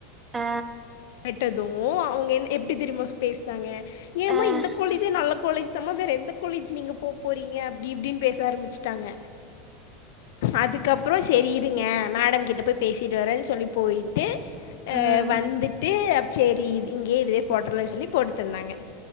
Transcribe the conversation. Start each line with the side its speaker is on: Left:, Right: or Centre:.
Right: ஆ
Left: ட்டதோ அவுங்க என் எப்டி தெரியுமா சு பேஸ்னாங்க ஏமா
Right: அ அ
Left: இந்த கொலஜே நல்ல கொலேஜ் சமா வேற எந்த கொலேஜ் நீங்க போப்போறீங்க அப்டி இப்டின்னு பேச ஆரம்பிச்சுட்டாங்க அதுக்கப்பறோ சேரி இருங்க மேடம் கிட்டபோய் பேசிட்டுவரேன் சொல்லி போயிட்டு அ
Right: ம்
Left: வந்துட் தே அப் சேரி இதுக்கே இதுவே போட்டுருரேன் சொல்லி போட்டு தந்தாங்க